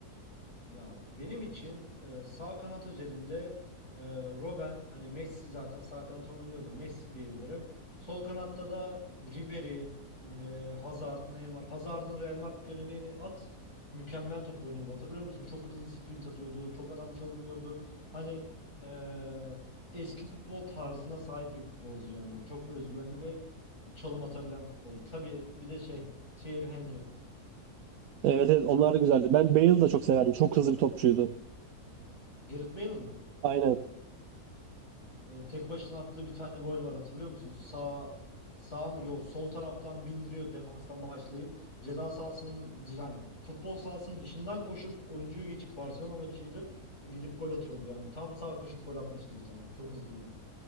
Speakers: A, on the left; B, on the right.
A: Ya benim için e, sağ kanat özelinde e, Robben hani Messi zaten sağ kanata oynuyordu. Messi diyebilirim. Sol kanatta da Ribery, e, Hazard, Neymar. Hazard'ın Real Madrid dönemini at. Mükemmel top oynuyordu. Hatırlıyor musun? Çok hızlı sprint atıyordu. Çok adam çalınmıyordu. Hani e, eski futbol tarzına sahip bir futbolcu yani. Çok özgüvenli ve çalım atabilen futbolcu. Tabii bir de şey Thierry Henry.
B: Evet evet onlar da güzeldi. Ben Bale'ı da çok severdim. Çok hızlı bir topçuydu.
A: Gareth Bale mi?
B: Aynen.
A: Evet tek başına attığı bir tane gol var hatırlıyor musun? Sağ sağ mı? Yok sol taraftan bindiriyor defanstan başlayıp ceza sahasının yani futbol sahasının dışından koşup oyuncuyu geçip Barcelona maçıydı. Gidip gol atıyordu yani. Tam sağ koşup gol atmıştı bir tane. Çok hızlıydı.